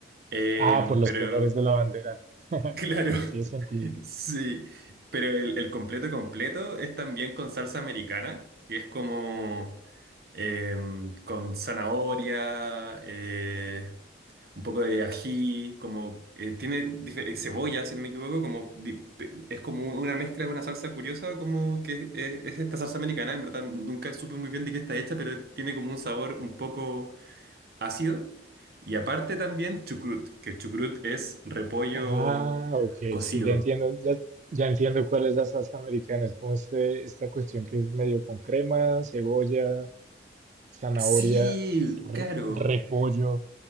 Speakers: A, on the right; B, on the right.
A: Eh,
B: Ah, por los
A: pero,
B: colores de la bandera.
A: <laughs>
B: <laughs>
A: claro,
B: Tiene sentido.
A: sí. Pero el, el completo completo es también con salsa americana, que es como eh, con zanahoria, eh, un poco de ají, como eh, tiene dife- eh, cebolla, si no me equivoco, como di- pe- es como una mezcla de una salsa curiosa, como que es, es- es esta salsa americana, en verdad nunca supe muy bien de qué está hecha, pero tiene como un sabor un poco ácido. Y aparte también chucrut, que el chucrut es repollo
B: Ah, ok,
A: cocido.
B: sí, ya entiendo, ya, ya entiendo cuál es la salsa americana. Es como este, esta cuestión que es medio con crema, cebolla, zanahoria,
A: Sí,
B: r-
A: claro.
B: repollo.